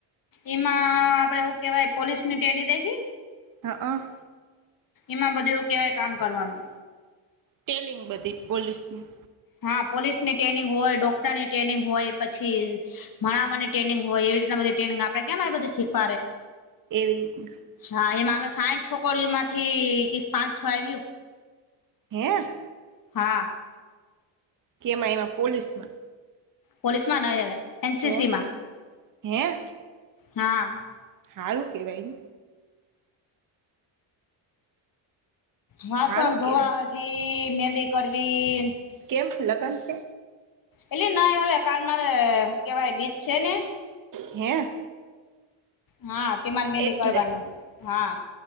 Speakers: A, on the left (about 45°); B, on the right (about 40°).
A: એમાં આપડે હુ કેહવાય પોલીસ ની ટેડી દેખી?
B: હા હ.
A: એમાં બધું એવું કેવાય કામ કરવાનું.
B: ટેલિંગ બધી પોલીસની
A: હા પોલીસ ની ટ્રેનિંગ હોય ડોક્ટર ની ટ્રેનિંગ હોય પછી મણામાંને ટ્રેનિંગ હોય એવી રીતના બધ ટ્રેનિંગ આપણે કેમ બધી શીખવા રે
B: એવી રીતના
A: હા એમાંમે સાંઠ છોકરીઓ માંથી પાંચ છ આવ્યું.
B: હેં
A: હા.
B: કેમઈમાં પોલીસ માં
A: પોલીસ માં નહી હવે એનસીસીમાં
B: તો હે
A: હા.
B: હારું કહેવાય ને
A: વાસણ
B: હારું કેવાય
A: ધોવા હજી મહેંદી કરવી
B: કેમ લગન છે
A: એટલે નહી હવે કાલ મારે કેવાય બીજ છે ને
B: હે
A: હા તે મારે મહેંદી
B: એટલે
A: કરવાની હોય હા